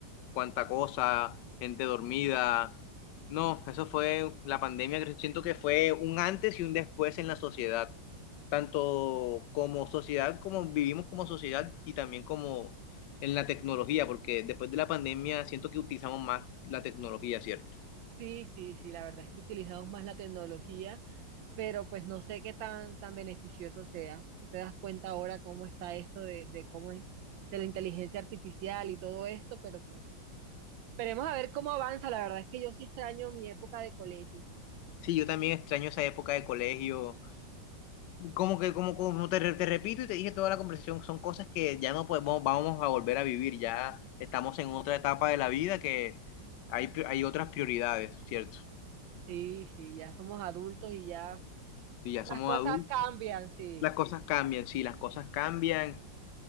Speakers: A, on the left; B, on the right.
A: cuánta cosa, gente dormida. No, eso fue la pandemia que siento que fue un antes y un después en la sociedad, tanto como sociedad, como vivimos como sociedad y también como en la tecnología, porque después de la pandemia siento que utilizamos más la tecnología, ¿cierto?
B: Sí, sí, sí, la verdad es que utilizamos más la tecnología, pero pues no sé qué tan, tan beneficioso sea. Tú te das cuenta ahora cómo está esto de, de cómo es, de la inteligencia artificial y todo esto, pero pues Esperemos a ver cómo avanza. La verdad es que yo sí extraño mi época de colegio.
A: Sí, yo también extraño esa época de colegio Como que, como, como te, re- te repito y te dije toda la conversación, son cosas que ya no podemos, vamos a volver a vivir, ya estamos en otra etapa de la vida que hay, pri- hay otras prioridades, ¿cierto?
B: Sí, sí, ya somos adultos y ya
A: Y ya
B: las
A: somos
B: cosas
A: adultos,
B: cambian, sí.
A: las cosas cambian, sí, las cosas cambian,